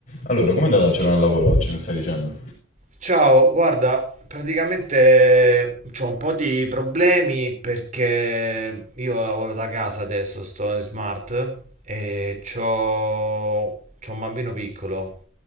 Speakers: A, on the left; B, on the right.
A: Allora, com'è andata la giornata al lavoro oggi, mi stai dicendo?
B: Ciao, guarda, praticamente ho un po' di problemi perché io lavoro da casa adesso, sto in smart e c'ho, c'ho un bambino piccolo